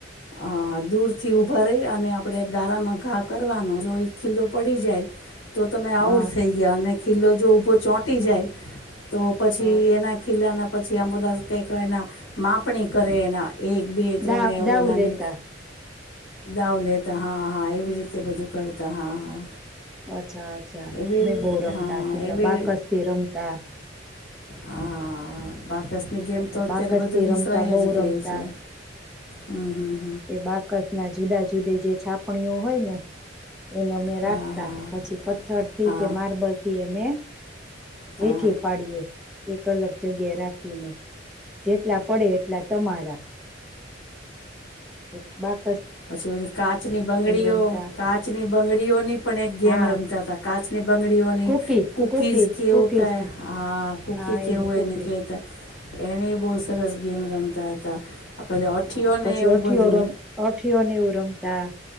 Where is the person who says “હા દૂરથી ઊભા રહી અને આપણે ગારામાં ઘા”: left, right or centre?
Left